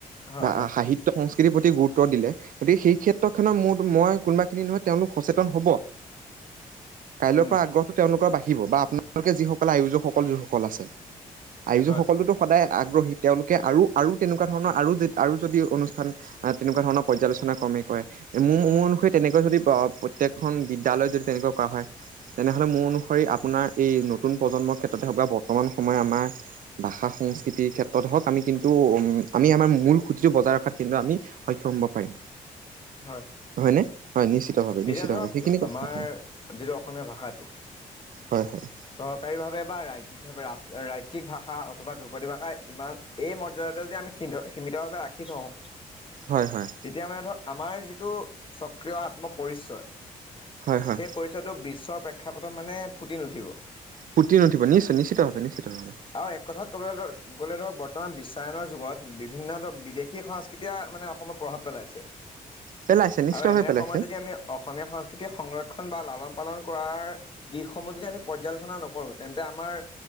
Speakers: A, on the left; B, on the right.
A: হয়
B: বা
A: হয়
B: সাহিত্য সংস্কাৰ তিৰ প্ৰতি গুৰুত্ব দিলে গতিকে সেই ক্ষেত্ৰখনত মোৰ মই কোনোবাখিনি নহয় তেওঁলোক সচেতন হ'ব পৰা
A: উম
B: আগ্ৰহ টো তেওঁলোকৰ বাহি ব বা আপোনালোকে যিসকলে আয়োজক সকল যোনসকল আছে আয়োজকসকলোতো
A: হয়
B: সদায় আগ্ৰহী তেওঁলোকে আৰু আৰু তেনেকুৱা ধৰণৰ আৰু আৰু যদি অনুষ্ঠান তেনেকুৱা ধৰণৰ পৰ্যালোচনা ক্ৰমেই কৰে মোৰ মোৰ অনুসৰি তেনেকৈ যদি প্ৰত্যেকখন বিদ্যালয়ত যদি তেনেকুৱা কৰা হয় তেনেহ'লে মোৰ অনুসৰি আপোনাৰ এই নতুন প্ৰজন্মৰ ক্ষেত্ৰতে হওঁক বা বৰ্তমান সময়ত আমাৰ ভাষা সংস্কৃতিৰ ক্ষেত্ৰতে হওঁক আমি কিন্তু উ আমি আমাৰ মূল খুঁতিটো বজাই ৰখাত কিন্তু আমি সক্ষম হ'ব পাৰিম
A: হয়
B: হয়নে হয় নিশ্চিতভাৱ
A: এতিয়া
B: নিশ্চিতভাৱ
A: ধৰক
B: সেইখিনি কথা
A: আমাৰ অসমীয়া ভাষাটো
B: হয় হয়
A: চৰকাৰী ভাৱে বা ৰাজ্যিক ভাৱে ৰা ৰাজি ৰাজিক ভাষা অথবা ধ্ৰুপদী ভাষা ইমান এই মৰ্যাদাতে যদি আমি সী সীমিতভাৱে ৰাখি থওঁ
B: হয় হয়
A: তেতিয়া মানে ধৰ আমাৰ যিটো স্বকীয় আত্মপৰিচয়
B: হয় হয়
A: সেই পৰিচয়টো বিশ্বৰ প্ৰেক্ষাপটত মানে ফুটি নুঠিব
B: পুতি নুঠিব নিশ্চয় নিশ্চিতভাৱে নিশ্চিতভাৱে
A: আৰু এক কথাত ক'বলৈ গ'লে ধৰক বৰ্তমান বিশ্ব ৰামায়নৰ যুগত বিভিন্ন ধৰ বিদেশী সংস্কৃতিয়ে মানে অসমত প্ৰভাৱ পেলাইছে
B: পেলাইছে নিশ্চিতভাৱে
A: আৰু এনে
B: পেলাইছে
A: সময়ত যদি আমি অসমীয়া সংস্কৃতি সংৰক্ষ খনবা লালন পালন কৰাৰ দৃশ্য অসমত যদি আমি পৰ্যালোচনা নকৰোঁ, তেন্তে আমাৰ